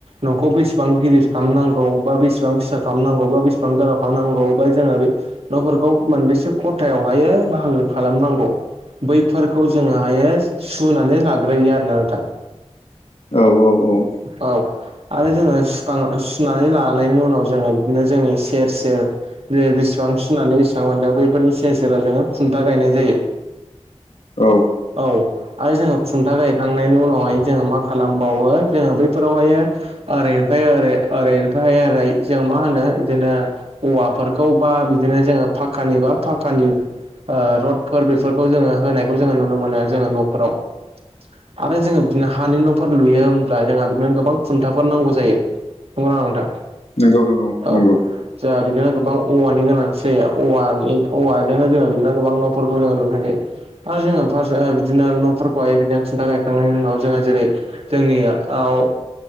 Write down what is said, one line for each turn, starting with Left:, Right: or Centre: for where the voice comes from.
Right: न'खौ बेसेबां गिदिर खालामनांगौ बा बेसेबां फिसा खालामनांगौ बा बेसेबां गोलाव खालामनांगौ बा जोङो बे न'फोरखौ मोनानबेसे खथायावहायो बाहागो खालामनांगौ बैफोरखौ जोङोहायो सुनानै लाग्रोयो आरोना नोंथां।
Left: औ औ औ
Right: औ आरो जोङो सुखां सुनानै लानायनि उनाव जोङो बिदिनो जोंनि सेर सेर बे बेसेबां सुनानै बेसेबां मोनदों बैफोरनि सेर सेराव जोङो खुन्था गायनाय जायो।
Left: औ
Right: औ आरो जोङो खुन्था गायखांनायनि उनावहाय जोङो मा खालामबावो जोङो बैफोरावहायो ओरैनिफ्राय ओरै ओरैनिफ्राय ओरै जों मा होनो बिदिनो औवाफोरखौ बा बिदिनो जोङो फाकानि बा फाकानि रडफोर बेफोरखौ जोङो होनायखौ जोङो नुनो मोनो जोङो न'फोराव आरो जोङो बिदिनो हानि न'फोर लुयो होमब्ला जोंहा बिदिनो गोबां खुन्थाफोर नांगौ जायो। बुं नोंथां
Left: नंगौ नंगौ
Right: औ
Left: नंगौ
Right: जोंहा बिदिनो गोबां औवानि गोनां ए औवानि औवाजोंनो जोङो बिदिनो गोबां न'फोरखौ जोङो नुनो थाखायो आरो जोङो फार्स्ट बिदिनो न'फोरखौहाय बिदिनो खुन्था गायखांनायनि उनाव जोङो जेरै जोंनियाव